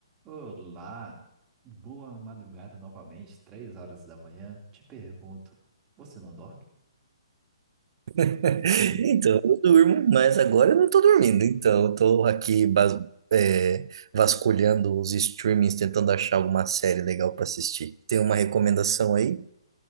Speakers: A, on the right; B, on the right.
A: Olá, boa madrugada novamente, três horas da manhã. Te pergunto, você não dorme?
B: <laughs>
A: Hum.
B: Então, eu durmo, mas agora eu não tô dormindo. Então, eu tô aqui bas- é, vasculhando os streamings, tentando achar alguma série legal para assistir. Tem uma recomendação aí?